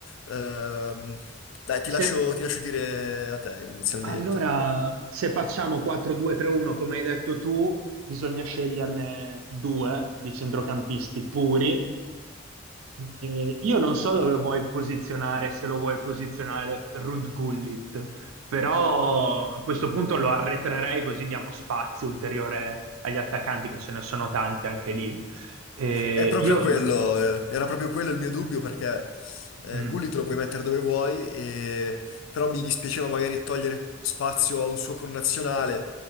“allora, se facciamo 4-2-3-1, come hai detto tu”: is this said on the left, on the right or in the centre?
Right